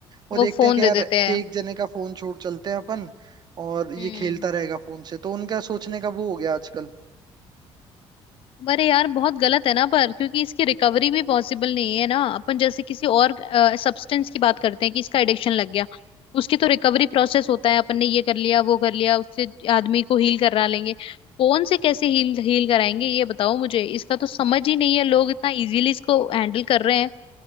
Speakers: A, on the right; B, on the left.
A: वो
B: वो
A: देखते
B: फोन
A: हैं कि
B: दे
A: यार
B: देते हैं
A: एक जने का फोन छोड़ चलते हैं अपन और ये
B: हम्म
A: खेलता रहेगा फोन से तो उनका सोचने का वो हो गया आजकल
B: अरे यार बहुत गलत है ना पर क्योंकि इसकी रिकवरी भी पॉसिबल नहीं है ना अपन जैसे किसी और सब्सटेंस की बात करते हैं कि इसका एडिक्शन लग गया उसकी तो रिकवरी प्रोसेस होता है अपन ने ये कर लिया वो कर लिया उससे आदमी को हील करा लेंगे फोन से कैसे हील हील कराएंगे ये बताओ मुझे इसका तो समझ ही नहीं है लोग इतना इजीली इसको हैंडल कर रहे हैं